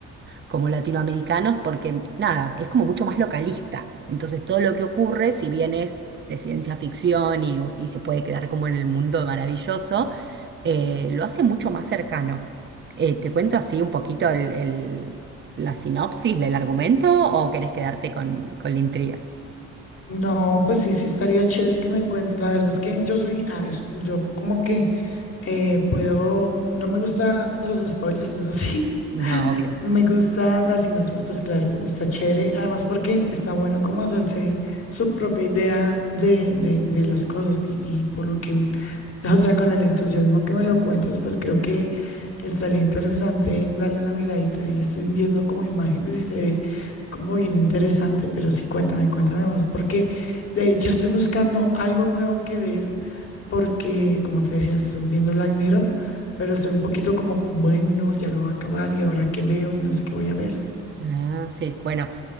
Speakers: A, on the right; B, on the left.
A: como latinoamericanos, porque nada, es como mucho más localista. Entonces todo lo que ocurre, si bien es de ciencia ficción y, y se puede quedar como en el mundo maravilloso, eh, lo hace mucho más cercano. Eh, ¿te cuento así un poquito el, el- la sinopsis, el argumento, o querés quedarte con, con la intriga?
B: No, pues sí, sí estaría chévere que me cuentes. La verdad es que yo soy, a ver, yo como que eh, puedo, no me gustan los spoilers, eso sí, <laughs>
A: No, obvio.
B: Me gusta la sinopsis, pues claro, está chévere. Además, porque está bueno como hacerse su propia idea de, de, de las cosas y, y por lo que, <laughs> o sea, con el entusiasmo que me lo cuentas, pues creo que estaría interesante darle una miradita y estoy viendo como imágenes y se ve como bien interesante, pero sí, cuéntame, cuéntame más, porque de hecho estoy buscando algo nuevo que ver, porque como te decía, estoy viendo Black Mirror pero estoy un poquito como, bueno, ya lo voy a acabar y ahora qué veo y no sé qué voy a ver.
A: Ah, sí, bueno.